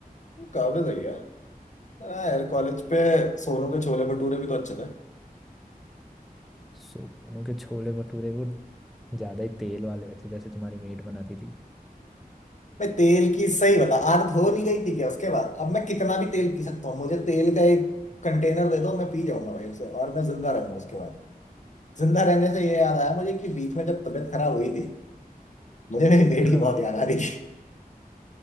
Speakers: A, on the left; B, in the centre.
A: काफी सही है पर हाँ यार कॉलेज पे सोनू के छोले भटूरे भी तो अच्छे थे
B: सोनू के छोले भटूरे वो ज्यादा ही तेल वाले थे जैसे तुम्हारी मेट बनाती थी
A: मैं तेल की सही बता आदत हो नहीं गई थी क्या उसके बाद अब मैं कितना भी तेल पी सकता हूँ मुझे तेल का एक कंटेनर दे दो मैं पी जाऊंगा भाई उसे और मैं जिंदा रहूंगा उसके बाद जिंदा रहने से ये याद आया मुझे कि बीच में जब तबीयत खराब हुई थी मुझे मेरी मेड की
B: हाँ
A: बहुत याद आ रही थी